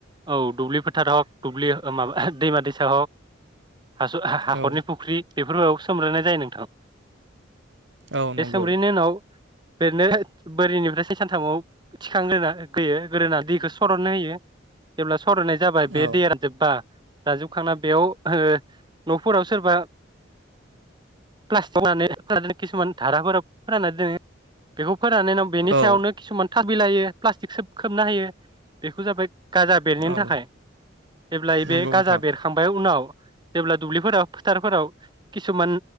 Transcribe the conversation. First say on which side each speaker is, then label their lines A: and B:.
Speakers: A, on the right; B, on the right.
A: औ दुब्लि फोथार दुबलि माबा दैमा दैसा हक हा हाखरनि
B: औ
A: फुख्रि बेफोरावबो सोमलायनाय जायो नोंथां
B: औ
A: बे
B: नंगौ
A: सोमब्रैनि उनाव बेरनो बोरिनिफ्राय साननै सानथामाव थिखांग्रोना होयो गोरोना दैखौ स सरनो होयो जेब्ला सरायनाय जाबाय बे
B: औ
A: दैया जोबबा जाजोबखांना बेयाव ओ न'फोराव सोरबा प्लास्टिकनानै फोर किसुमान धाराफोर फोराननानै दोङो बेखौ फोराननायनि उनाव बेनि
B: औ
A: सायावनो किसुमान थास <unintelligible> लायो प्लास्टिक खोब खोबना हायो बेफोर जाबाय गाजा बेरनायनि
B: औ
A: थाखाय जेब्लाय बे
B: नंगौ
A: गाजा
B: नोंथां
A: बेरखांबाय उनाव जेब्ला दुब्लिफोराव फोथारफोराव किसुमान